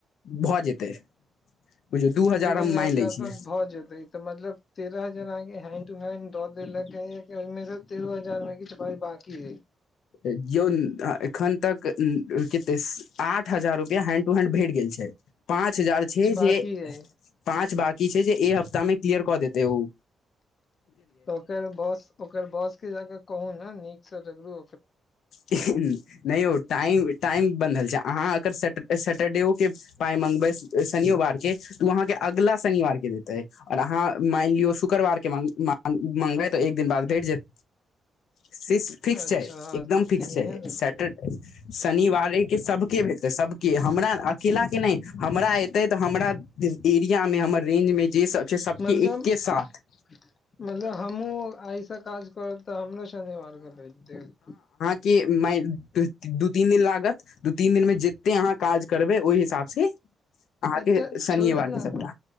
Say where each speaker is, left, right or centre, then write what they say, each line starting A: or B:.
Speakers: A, on the left; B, on the left.
A: भऽ जेतै। बुझियौ
B: दू
A: हम
B: हजार
A: मानि
B: के
A: लै
B: आसपास
A: छियै
B: भऽ जेतै? तऽ मतलब तेरऽ हजार अहॉं के हैंड टू हैंड दऽ देलकैऽ कि ओई में स तेरहो हजार में किछ पाइ बांकी अइ।
A: अ-जौन आ-एखन तकऽ-उम्म्-खेतैस आठ हजार रुपिआ हैंड टू हैंड भेट गेल छै, पाँच हजार छै
B: बाकी
A: जे
B: अइ
A: पाँच बाकी छै, जे ए हप्ता में क्लियर कऽ देतै ऊ।
B: तऽ ओकर बॉस ओकर बॉस के जाकऽ कहौ न नीक स रगरू।
A: नैय यौ टाइम-टाइम बनहल छै, अहाँ एकर स सट्टरडेओ के पाय मंगबै स-सनियो बार के तऽ ऊ अहाँ के अगला सनिवार के देतै, और अहाँ माइन लि कियो शुकरबार के मांग-मांग-मंगबै तऽ एक दिन बाद भेट जेत, सिस फिक्स
B: अच्छा
A: छैय। एकदम फिक्स
B: तेहन
A: छै, सैटर शनिवारे के सबके भेटतै सबके, हमरा अकेला के नैय, हमरा ऐतै तऽ हमरा <unintelligible> एरिया में हमर रेंज में जे सब छै सबके
B: मतलब?
A: एके साथ
B: मतलब हमहुँ आइ स काज करव तऽ हमरो शनिवार क भेज देत?
A: के? माइ-दू-ती-दू तीन दिन लागत, दू तीन दिन में जे ते अहाँ काज करबै, ओई हिसाब से अहाँ
B: अच्छा
A: के सनियेवार
B: छोड़ू
A: के
B: ने
A: सबटा